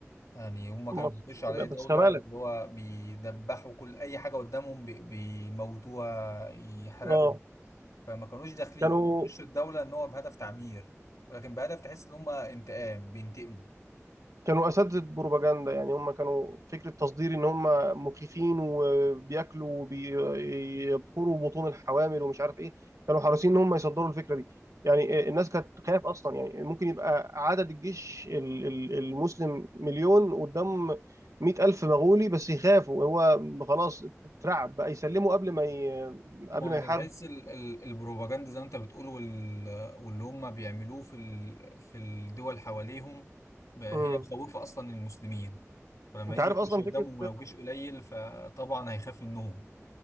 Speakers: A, on the left; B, on the right.
A: يعني هم
B: مصاصين
A: كانوا بيخشوا على
B: لا
A: أي
B: بس
A: دولة
B: خبالك
A: اللي هو بيدبحوا كل أي حاجة قدامهم بي- بيموتوها يحرقوا
B: اه
A: فما كانوش داخلين
B: كانوا
A: يخشوا الدولة إن هو بهدف تعمير ولكن بهدف تحس إن هم انتقام بينتقموا
B: كانوا اساتذه بروباجندا يعني هم كانوا فكره تصدير ان هم مخيفين وبياكلوا وبيبخروا بطون الحوامل ومش عارف ايه كانوا حريصين ان هم يصدروا الفكره دي يعني آه، الناس كانت تخاف اصلا يعني ممكن يبقى عدد الجيش ال- ال- المسلم مليون قدام مئة ألف مغولي بس يخافوا هو خلاص اترعب بقى يسلموا قبل ما ي... قبل
A: ما هو
B: ما
A: انت
B: يحارب
A: تحس ال- ال- البروباجندا زي ما انت بتقول وال... واللي هم بيعملوه في ال... في الدول حواليهم بقى
B: مم.
A: هي مخوفة اصلا المسلمين فلما
B: انت
A: يجي
B: عارف
A: يخش
B: اصلا
A: قدامهم
B: فكره
A: ولو جيش قليل فطبعا هيخاف منهم